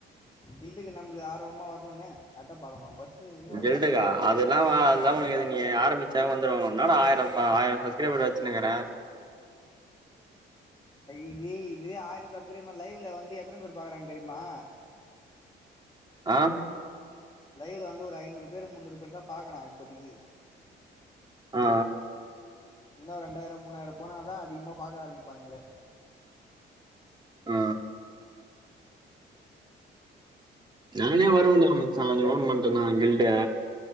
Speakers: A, on the left; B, on the right.
A: கில்டுக்கு நம்மளுக்கு ஆர்வமா வரணுமே அதா பாக்கணு ஃபஸ்ட்டு இன்னு
B: கில்ட்டுக்கா
A: ஏத்தணு
B: அதெல்லா
A: அதுக்குதா
B: அதெல்லா
A: பாக்குறே
B: உனக்கு எது நீ ஆரம்பிச்சா வந்துருவாங்க உன்னால ஆயிரம் ஆயிரம் சப்ஸ்கெரைபர் வச்சினுக்கிறே
A: இது இது ஆயிரம் சப்கெரப லைவ்ல வந்து எத்தனை பேர் பாக்குறாங்க தெரியுமா
B: அ
A: லைவ்ல வந்து ஒரு ஐநூறு பேர் முந்நூறு பேர் தான் பாக்குறாங்க இப்பதைக்கு
B: ஆ
A: இன்னும் ரெண்டாயிரம் மூணாயிரம் போனாதா அதிகமா பாக்க ஆரம்பிப்பானீங்களே
B: அ நானே வரவேன்டா மச்சா நீ போன் பண்ணிட்டேனா கில்ட